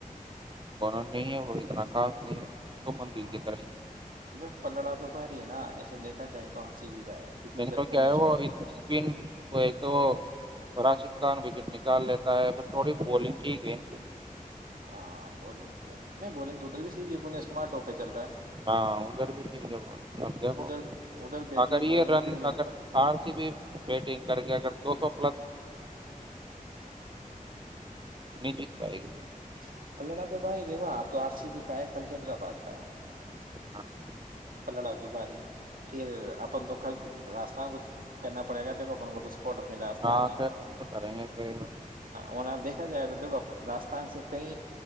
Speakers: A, on the right; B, on the right.
A: کوونوں نہیں ہے وہ اتنا کافی نہیں ہے تو مندل
B: ہا
A: کی طرح ہی ہے۔
B: دیکھو پلڑا تو بھاری ہے نا ایسے دیکھا جائے تو آرسی بی کا ہے کیونکہ
A: بینکل
B: ادھر پونے
A: کیا ہے
B: اس کو
A: وہ اسپن وہ ایک تو وہ راشد خان وکٹ نکال لیتا ہے پھر تھوڑی بولنگ ٹھیک ہے
B: ہاں بولنگ نہیں بولنگ تو ادھر بھی سیھیے بنیش کمار ٹوپ پہ چل رہا ہے
A: ہاں ادھر بھی ٹھیک ہے بولے ا
B: تو
A: دیکھو
B: ادھر ادھر بیٹنگ
A: اگر
B: بالنگ
A: یہ رن
B: فیلڈنگ
A: اگر ہار سی بھی بیٹنگ کر کے اگر دو سو <unintelligible> <unintelligible> نجت بے
B: <unintelligible> پلڑا تو بھائی دیکو آ تو آر سی بی کا ہے کل حیدرآباد کا ہے
A: ہاں
B: پلڑام دو باری پھر اپن تو کل راستان کچ کرنا پڑے گا دب اپن کو تو اپنی راستان
A: ہاں
B: میں ہ
A: خیر وہ تو کریں گے صحیح وہ تو
B: وہاں دیکھا جائے تو دیک راستھان سے کئی